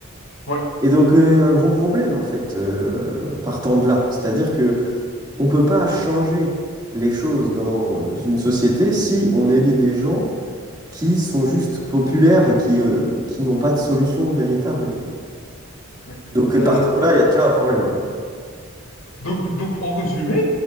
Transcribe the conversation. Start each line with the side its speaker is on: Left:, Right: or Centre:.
Left: ouais,
Right: Et donc, euh, il y a un gros problème, en fait, euh, partant de là. C'est-à-dire que on peut pas changer les choses dans une société si on élit des gens qui sont juste populaires et qui, euh, qui n'ont pas de solution véritable.
Left: ouais.
Right: Donc,
Left: Euh,
Right: euh, partant
Left: oui.
Right: de là, il y a déjà un problème, quoi.
Left: Donc, donc, en résumé,